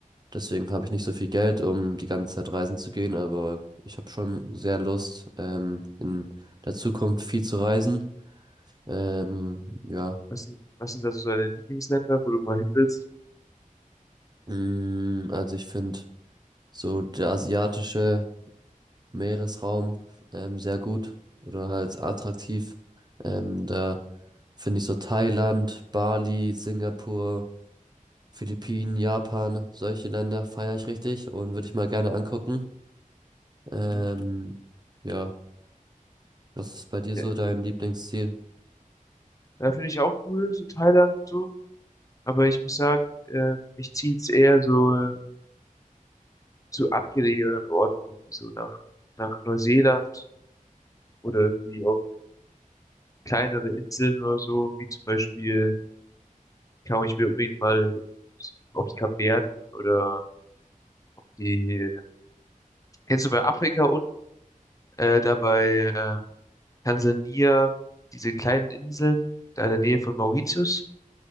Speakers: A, on the right; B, on the left.
A: deswegen habe ich nicht so viel Geld, um die ganze Zeit reisen zu gehen, aber ich habe schon sehr Lust, ähm, in der Zukunft viel zu reisen. Ähm, ja,
B: Was sind, was sind da so deine Lieblingsländer, wo du mal hin willst?
A: mm, also ich finde so der asiatische Meeresraum ähm, sehr gut oder halt attraktiv. Ähm, da finde ich so Thailand, Bali, Singapur, Philippinen, Japan, solche Länder feiere ich richtig und würde ich mal gerne angucken. Ähm,
B: Mhm.
A: ja, was ist bei dir
B: Ja,
A: so dein Lieblingsziel?
B: da finde ich auch cool, so Thailand und so. Aber ich muss sagen, äh, mich zieht's eher so äh, zu abgelegeneren Orten, irgendwie so nach, nach Neuseeland oder irgendwie auf kleinere Inseln oder so, wie zum Beispiel, keine Ahnung, ich will unbedingt mal auf die Kapverden oder die, kennst du bei Afrika unten? äh, da bei ähm, Tansania, diese kleinen Inseln, da in der Nähe von Mauritius